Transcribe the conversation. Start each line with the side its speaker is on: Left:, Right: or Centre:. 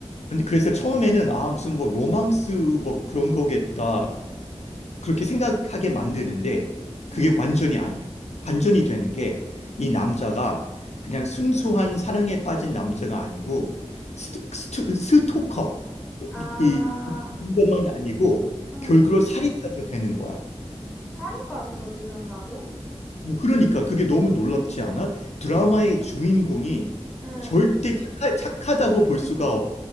Left: 근데 그래서 처음에는 아, 무슨 뭐 로망스 뭐 그런 거겠다. 그렇게 생각하게 만드는데 그게
Centre: 응.
Left: 완전히 아니야. 반전이 되는 게 이 남자가 그냥 순수한 사랑에 빠진 남자가 아니고 스토, 스토, 스토커
Centre: 아,
Left: 이 이- 이것만 아니고
Centre: 응.
Left: 결국은 살인자도 되는 거야.
Centre: 살인까지 저지른다고?
Left: 어, 그러니까 그게 너무 놀랍지 않아? 드라마의 주인공이
Centre: 응.
Left: 절대 착하, 착하다고 볼 수가